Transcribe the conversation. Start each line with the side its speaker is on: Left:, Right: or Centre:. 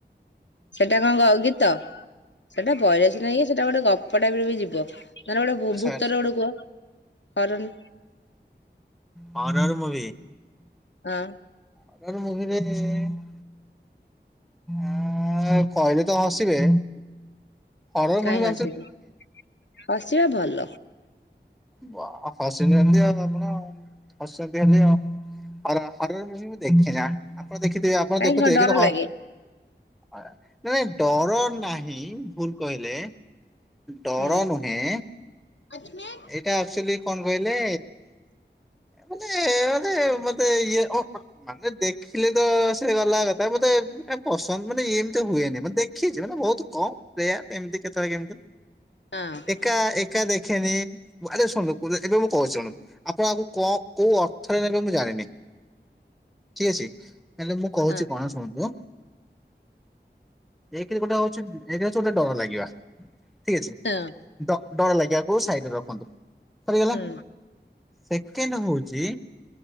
Left: ସେଟା କଣ ଗ-ଗୀତ ସେଟା ବହିରେ ସିନା ଇଏ ସେଟା ଗୋଟେ ଗ ପ ଟାଇପ୍ ର ବି ଯିବ। ନହେଲେ ଗୋଟେ
Centre: ଆଚ୍ଛା
Left: ଭୂ-ଭୂତର
Centre: ଆଚ୍ଛା।
Left: ଗୋଟେ କୁହ। ହରନ୍
Centre: ହରର୍ ମୁଭି।
Left: ହଁ।
Centre: <unintelligible> ଆଁ କହିଲେ ତ ହସିବେ। ହରର
Left: କାଇଁ
Centre: ମୁଭି ମୁଁ
Left: ହସିବି, ହସିବା ଭଲ।
Centre: ବ କହିଲେଣି ଆପଣ <unintelligible> ହରର୍ ମୁଭି ମୁଁ ଦେଖେନା। ଆପଣ ଦେଖିଥିବେ ଆପଣ
Left: କାହିଁ
Centre: ଦେଖୁଥିବେ
Left: କଣ ଡର
Centre: କିନ୍ତୁ ହ
Left: ଲାଗେ
Centre: ନା ନାଇଁ ଡର ନାହିଁ ଭୁଲ କହିଲେ। ଡର
Left: ହୁଁ
Centre: ନୁହେଁ।
Left: <unintelligible>
Centre: ଏଇଟା ଆକ୍ଚୁଆଲି କଣ କହିଲେ ମାନେ, ମାନେ ମତେ ଇଏ ଓ ମାନେ ଦେଖିଲେ ତ ସେ ଗଲା କଥା ମତେ ପସନ୍ଦ ମାନେ ଏମିତି ହୁଏନି, ମତେ ଦେଖିଛି ମାନେ ବହୁତ କମ, ରେୟାର ଏମିତି କେତେବେଳେ କେମିତି।
Left: ହଁ।
Centre: ଏକା ଏକା ଦେଖେନି। ଆରେ ଶୁଣନ୍ତୁ ଏବେ ମୁଁ କହୁ ଶୁଣନ୍ତୁ ଆପଣ ଆଗକୁ କଣ କୋଉ ଅର୍ଥରେ ନେବେ ମୁଁ ଜାଣିନି। ଠିକ ଅଛି, ହେଲେ ମୁଁ କହୁଛି
Left: ହଁ
Centre: କଣ ଶୁଣନ୍ତୁ ଏକରେ ଗୋଟେ ହଉଛି ଏକ ହଉଛି ଗୋଟେ ଡର ଲାଗିବା। ଠିକ ଅଛି।
Left: <unintelligible>
Centre: ଡ ଡର ଲାଗିବାକୁ ସାଇଡରେ ରଖନ୍ତୁ ସରିଗଲା।
Left: ହୁଁ
Centre: ସେକେଣ୍ଡ ହଉଚି